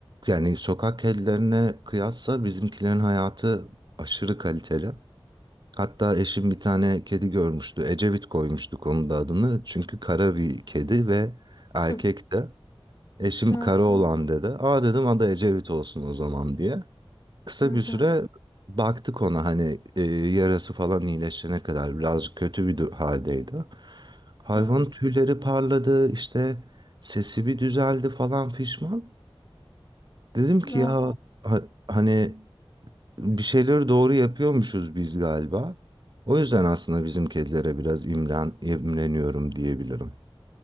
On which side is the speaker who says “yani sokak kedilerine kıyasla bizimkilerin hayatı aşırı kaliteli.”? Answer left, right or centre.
Right